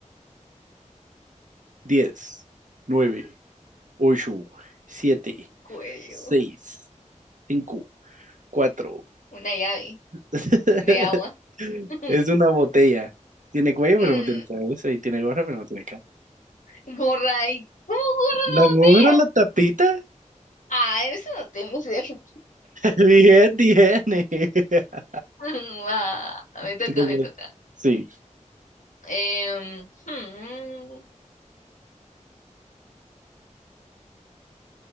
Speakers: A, on the right (about 75°); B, on the left (about 80°).
A: diez nueve ocho siete
B: cuello.
A: seis cinco cuatro
B: Una llave
A: <laughs>
B: de agua. <laughs>
A: Es una botella. Tiene cuello
B: Mm,
A: pero no tiene cabeza. Y tiene gorra pero no tiene cara.
B: gorra. ¿Y cómo gorra
A: ¿La
B: una
A: gorra, la
B: botella?
A: tapita?
B: Ah, eso no tengo sentido.
A: Bien, bien. <laughs>
B: <laughs> Va, me toca,
A: Qué tengo-
B: me toca.
A: Sí.
B: Em, hmm,